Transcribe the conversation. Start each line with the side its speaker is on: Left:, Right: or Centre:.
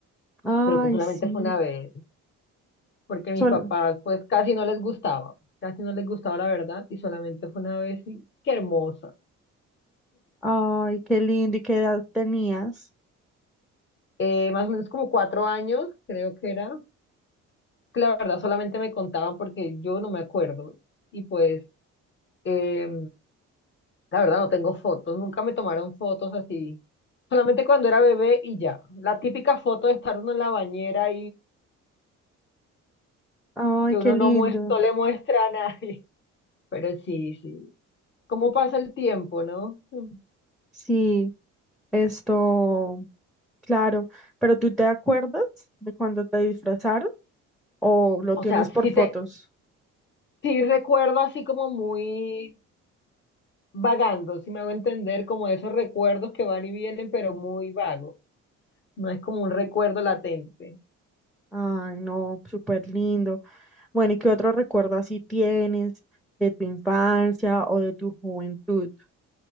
Centre: Ay,
Left: creo que solamente
Centre: sí.
Left: fue una vez, porque a
Centre: Sol.
Left: mis papás pues casi no les gustaba, casi no les gustaba la verdad y solamente fue una vez y qué hermosa.
Centre: Ay, qué lindo. ¿Y qué edad tenías?
Left: Eh, más o menos como cuatro años, creo que era, que la verdad solamente me contaban porque yo no me acuerdo y pues eh, la verdad no tengo fotos, nunca me tomaron fotos así, solamente cuando era bebé y ya, la típica foto de estar uno en la bañera
Centre: Ay,
Left: que
Centre: qué
Left: uno
Centre: lindo.
Left: no, mues- no le muestra a nadie. <laughs> Pero sí, sí. ¿Cómo pasa el tiempo, no? Mm.
Centre: Sí, esto, claro. ¿Pero tú te acuerdas de cuando te disfrazaron o lo
Left: O
Centre: tienes
Left: sea,
Centre: por
Left: sí,
Centre: fotos?
Left: te, sí recuerdo así como muy vagando, si me hago entender, como esos recuerdos que van y vienen, pero muy vago. No es como un recuerdo latente.
Centre: Ay, no, súper lindo. Bueno, ¿y qué otro recuerdo así tienes de tu infancia o de tu juventud?